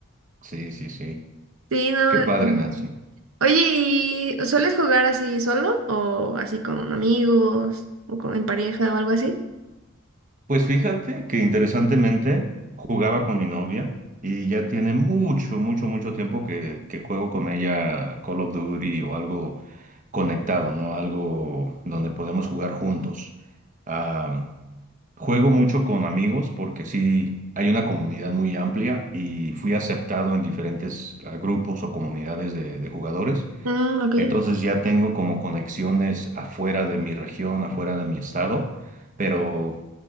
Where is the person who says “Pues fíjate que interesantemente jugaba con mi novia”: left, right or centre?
Right